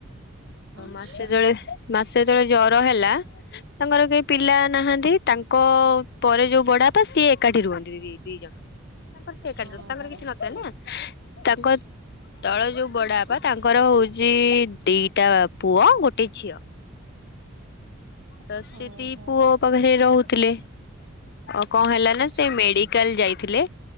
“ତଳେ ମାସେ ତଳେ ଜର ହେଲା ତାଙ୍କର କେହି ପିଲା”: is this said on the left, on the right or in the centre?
Left